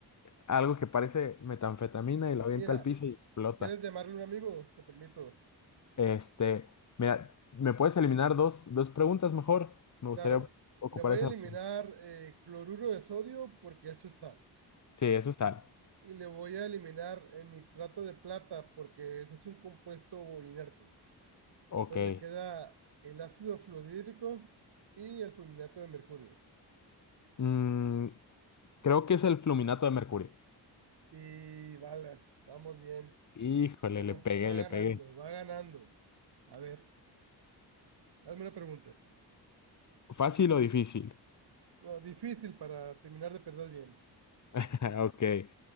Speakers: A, on the left; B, on the right.
A: algo que parece metanfetamina y lo avienta
B: Mira,
A: al piso y explota.
B: ¿quieres llamarle un amigo? Te permito.
A: Este, mira, ¿me puedes eliminar dos, dos preguntas mejor? Me gustaría
B: Claro,
A: ocupar
B: le voy
A: esa
B: a eliminar
A: opción.
B: eh, cloruro de sodio porque eso es sal.
A: Sí, eso es sal.
B: Y le voy a eliminar el nitrato de plata porque eso es un compuesto inerte.
A: Ok.
B: Entonces le queda el ácido fluorhídrico y el fulminato de mercurio.
A: Mm, creo que es el fluminato de mercurio.
B: Y balas, vamos bien.
A: Híjole,
B: Bueno,
A: le pegué,
B: va ganando,
A: le pegué.
B: va ganando. A ver, hazme una pregunta.
A: ¿Fácil o difícil?
B: No, difícil para terminar de perder bien.
A: <laughs> Ok,